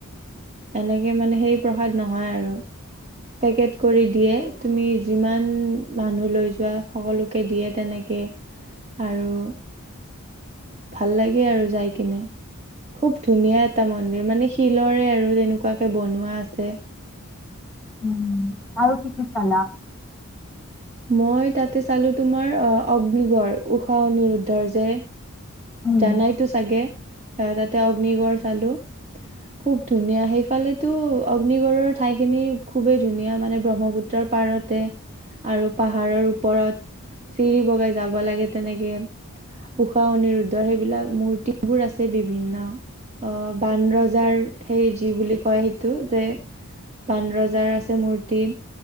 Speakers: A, on the right (about 30°); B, in the centre.
A: এনেকে মানে সেই প্ৰসাদ নহয় আৰু পেকেট কৰি দিয়ে তুমি যিমান মানুহ লৈ যোৱা সকলোকে দিয়ে তেনেকে আৰু ভাল লাগে আৰু যাই কিনে, খুব ধুনীয়া এটা মন্দিৰ মানে শিলৰে আৰু তেনেকুৱাকে বনোৱা আছে।
B: উম আৰু কি কি চালা?
A: মই তাতে চালো তোমাৰ অগ্নিগড় ঊষা অনিৰুদ্ধৰ যে
B: উম,
A: জানাইতো চাগে অ তাতে অগ্নিগড় চালো খুব ধুনীয়া সেইফালেতো অগ্নিগড়ৰ ঠাইখিনি খুবেই ধুনীয়া মানে ব্ৰহ্মপুত্ৰৰ পাৰতে আৰু পাহাৰৰ ওপৰত চিৰি বগাই যাব লাগে তেনেকে ঊষা অনিৰুদ্ধৰ সেইবিলাক মূৰ্তিবোৰ আছে বিভিন্ন বানৰজাৰ সেই যি বুলি কয় সেইটো যে, বানৰজাৰ আছে মূৰ্তি